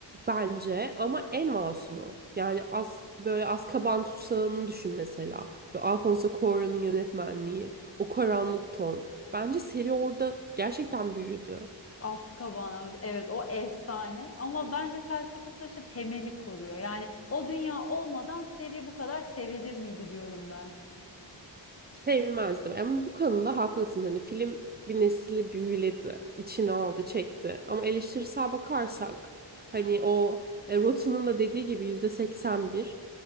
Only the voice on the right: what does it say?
bence ama en masumu. Yani az böyle Azkaban tutsağını düşün mesela. Böyle Alfonso Cuarón'un yönetmenliği, o karanlık ton. Bence seri orada gerçekten büyüdü.
Sevilmezdim. Ama bu konuda haklısın. Hani film bir nesli büyüledi, içine aldı, çekti. Ama eleştirisel bakarsak hani o e, Rotten'ın da dediği gibi yüzde 81.